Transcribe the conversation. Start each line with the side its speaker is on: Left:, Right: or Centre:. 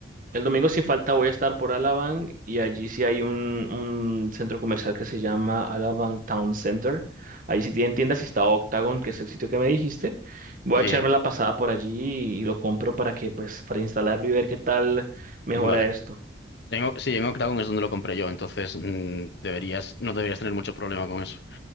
Right: el domingo sin falta voy a estar por Alabang y allí sí hay un, un centro comercial que se llama Alabang Town Center. Ahí sí tienen tiendas y está Octagon, que es el sitio que me dijiste. Voy
Left: Sí,
Right: a echarme la pasada por allí y y lo compro para que, pues, para instalarlo y ver qué tal mejora
Left: vale.
Right: esto.
Left: En O- sí, en Octagon es donde lo compré yo, entonces mm, deberías, no deberías tener mucho problema con eso.